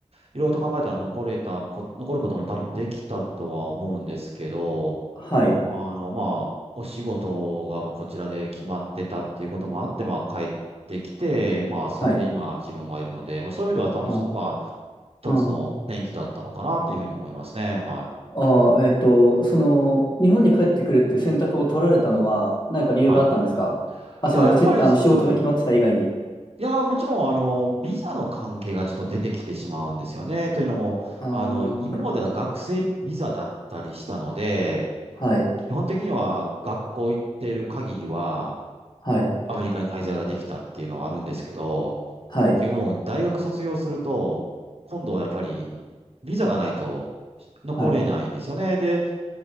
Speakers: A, on the right; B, on the left.
A: いろいろと考えたら残れたこ、残ることも多分できたとは思うんですけど、
B: はい、
A: あの、まあ、お仕事がもうこちらで決まってたっていうこともあって、まあ、帰ってきて、まあ、それで今自分がいるので、
B: はい。
A: まあ、そういう意味では多分そこが
B: あ、
A: 一つの転機だったのかなっていうふうに思いますね。
B: うん。
A: はい。
B: あー、えっと、その、日本に帰ってくるっていう選択を取られたのは、何か理由があったんですかあ、
A: はい。いや、
B: その、
A: やっぱり、
B: せ、あの、仕事が決まってた以外に。
A: うん。いや、もちろん、あの、ビザの関係がちょっと出てきてしまうんですよね。というのも、
B: あー、
A: あの、今までは学生ビザだったりしたので、
B: はい、
A: 基本的には学校行ってる限りは、
B: はい、
A: アメリカに滞在ができたっていうのはあるんですけど、
B: はい、
A: でもう大学卒業すると、今度はやっぱりビザがないと残れないんですよね。
B: はい。
A: で、